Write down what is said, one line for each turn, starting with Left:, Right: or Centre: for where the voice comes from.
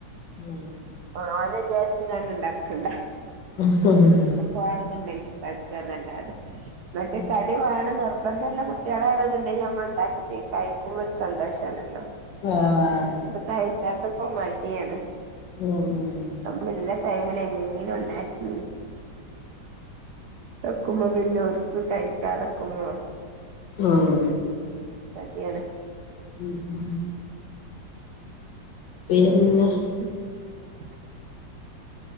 Left: ഉം
Right: ആഹ് ഓനെചാരിച്ച് കാണ്ട് ണ്ടാക്കണ്ട.
Left: <unintelligible>
Right: വേണോന്നുണ്ടെങ്കിൽ <unintelligible> അല്ലാതെ ന്ന്ട്ട്
Left: ആഹ്
Right: കടി വേണന്നിർ ബന്ധള്ള കുട്ടികളാണോന്നുണ്ടെങ്കി നമ്മൾ ണ്ടാക്കുന്നെ കഴിക്കുമ്പൊരു സന്തോഷാണല്ലോ
Left: ആഹ്
Right: ന്തൊ കയിക്കാത്തപ്പോ മടിയാണ്
Left: ഉം ഊം.
Right: നമ്മളുള്ള ടൈമിലെങ്ങനെങ്കിലും ണ്ടാക്കി ണ്ടാക്കുമ്പൊ വല്യോര്ക്ക് കഴിക്കാതക്കുമോ
Left: ഊം.
Right: മടിയാണ്
Left: ഉം ഉം പിന്ന
Right: <inaudible>